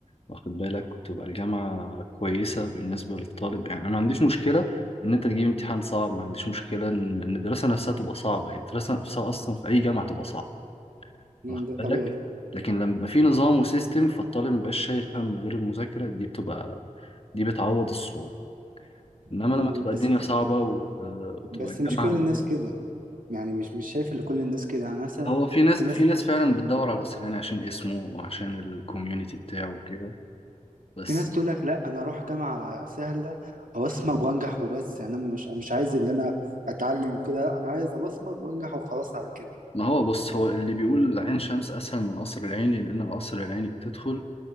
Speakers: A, on the left; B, on the right.
A: واخد بالك وتبقى الجامعة كويسة بالنسبة للطالب يعني أنا ما عنديش مشكلة إن أنت تجيب امتحان صعب ما عنديش مشكلة إن إن الدراسة نفسها تبقى صعبة هي الدراسة نفسها أصلا في أي جامعة تبقى صعبة
B: مم،
A: واخد
B: ده طبيعي
A: بالك لكن لما يبقى في نظام وسيستم فالطالب مبقاش شايل هم غير المذاكرة دي بتبقى دي بتعوض الصعوبة انما
B: ال-
A: لما تبقى
B: بس
A: الدنيا صعبة و... آه، وتبقى
B: بس
A: الجامعة
B: مش كل الناس كده يعني مش مش شايف ان كل الناس كده يعني مثلا
A: هو في ناس
B: في ناس
A: في ناس فعلا بتدور على الاصل يعني عشان اسمه وعشان الكوميونتي بتاعه وكده بس
B: في ناس تقول لك لا انا اروح جامعه سهله ابصمج وانجح وبس يعني انا مش مش عايز اللي انا اتعلم وكده لا، انا عايز ابصمج وانجح وخلاص على كده
A: ما هو بص هو اللي بيقول عين شمس اسهل من القصر العيني لان القصر العيني بتدخل